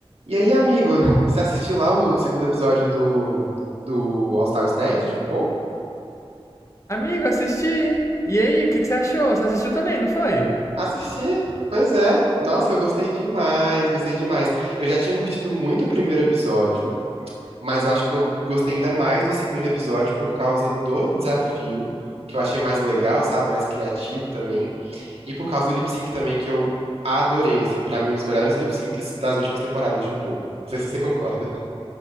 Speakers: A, on the right (about 75°); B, on the left (about 30°).
A: E aí, amigo, você assistiu lá o segundo episódio do, do All Stars 10 de RuPaul?
B: Amigo, assisti. E aí, o que que você achou? Você assistiu também, não foi?
A: Assisti, pois é. Nossa, eu gostei demais, gostei demais. Eu já tinha curtido muito o primeiro episódio, mas eu acho que eu gostei ainda mais do segundo episódio por causa do desafio, que eu achei mais legal, sabe? Mais criativo também. E por causa do lip sync também, que eu adorei, assim. Pra mim, um dos melhores lip syncs das últimas temporadas de RuPaul. Não sei se você concorda.